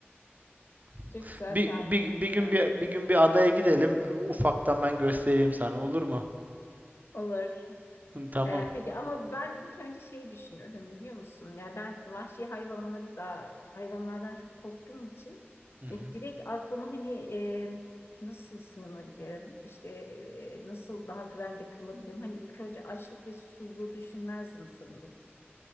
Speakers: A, on the left; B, on the right.
A: <laughs>
B: <laughs>
A: Çok güzel
B: Bir,
A: tahmin
B: bir,
A: ettin
B: bir gün
A: ya.
B: bir, bir gün bir adaya gidelim. E, Ufaktan ben göstereyim sana olur mu?
A: Olur.
B: Hı, Tamam.
A: Ee, peki ama ben ilk önce şey düşünürdüm biliyor musun? Yani ben vahşi hayvanları da hayvanlardan çok korktuğum için
B: Hı hı.
A: e, direkt aklıma hani e, nasıl sığınabilirim? İşte e, nasıl daha güvende kalabilirim? Hani ilk önce açlık ve susuzluğu düşünmezdim sanırım.